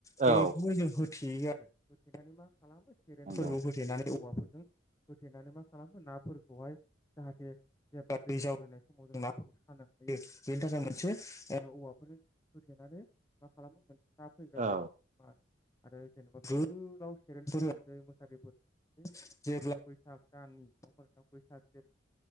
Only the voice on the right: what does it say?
औ
नंगौ
औ